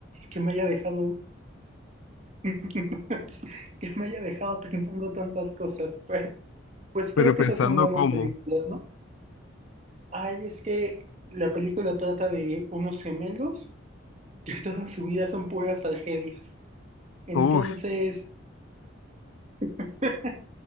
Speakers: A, on the right; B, on the left.
A: que me haya dejado, <laughs> que me haya dejado pensando tantas cosas. Pero, pues
B: pero
A: creo que
B: pensando
A: esas son buenas
B: cómo.
A: películas, ¿no? Ay, es que la película trata de unos gemelos que <laughs> toda su vida son puras tragedias. Entonces,
B: Uf,
A: <laughs>